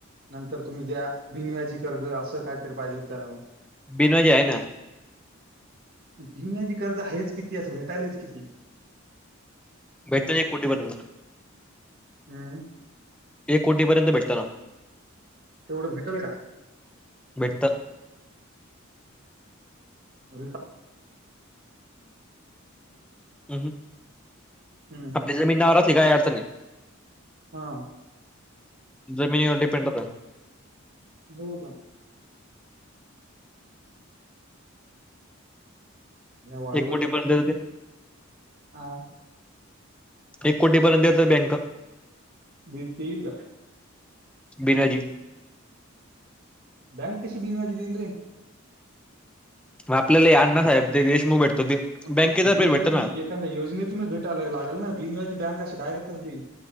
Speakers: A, on the right; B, in the centre.
A: नंतर तुम्ही द्या बिनव्याजी कर्ज असं कायतरी पाहिजे होत त्याला मगून
B: बिनवाज आहे ना
A: भिम्याची कर्ज आहेच किती असं भेटायलाच किती
B: भेटतो कुठे बदल
A: हम्म
B: एक कोटीपर्यंत भेटत ना
A: तेवढं भेटेल का
B: भटत
A: <inaudible>
B: ह
A: हम्म
B: आपली जमीनवर असली काय अर्थने नाही
A: हा
B: जमिनीवर डिपेंड होता
A: हो का त्या वाळूवर
B: एक कोटी
A: बसलो
B: पर्यंत
A: हा
B: एक कोटीपर्यंत याेत बँक
A: देतील का
B: बिराजी
A: बँक कश बीन वाजेलरी
B: मग आपल्याला हे अण्णा साहेब ते देशमुख भेटत ते
A: मग
B: बँकेतर्फे
A: ते बिनवाजी
B: भेटतं ना
A: एखाद्या योजनेतूनच भेटायलाग लागेल ना बिनवाजी बँक असं डायरेक्ट कस देईल